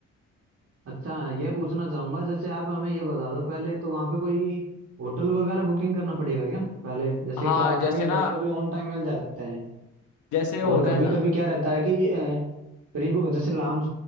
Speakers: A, on the right (about 50°); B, on the left (about 80°).
A: अच्छा ये पूछना चाहूंगा जैसे आप हमें ये बता दो पहले तो वहाँ पे कोई होटल वगैरह बुकिंग करना पड़ेगा क्या पहले जैसे
B: हाँ
A: क्या होता
B: जैसे
A: है कि
B: ना
A: कभी कभी ऑन टाइम मिल जाते हैं
B: जैसे होता
A: और कभी
B: है ना
A: कभी क्या रहता है कि प्री बुक जैसे लाम